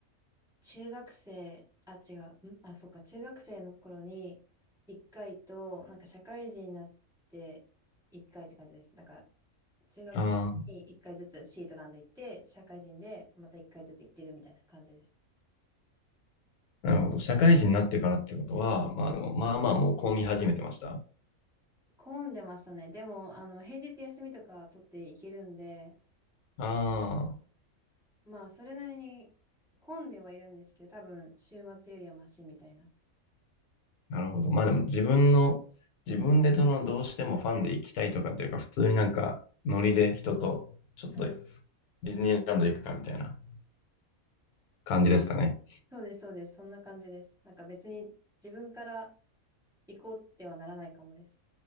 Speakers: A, in the centre; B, on the left.
A: 中学生、あ、違う。んあ、そっか。中学生の頃に1回と、なんか社会人になって1回って感じです。だから、中学生に1回ずつシートランド行って、
B: あ
A: 社会人でまた1回ずつ行ってるみたいな感じです。
B: あ、なるほど。社会人になってからってことは、まあでも、まあまあもう混み始めてました。
A: 混んでましたね。でも、あの、平日休みとか取っていけるんで、
B: あ
A: まあ、それなりに混んではいるんですけど、多分、週末よりはマシみたいな。
B: なるほど。まあでも自分の、自分でそのどうしてもファンで行きたいとかっていうか、普通になんかノリで人とちょっとデ
A: はい。
B: ィズニーランド行くかみたいな感じですかね。
A: そうです、そうです。そんな感じです。なんか別に自分から行こうってはならないかもです。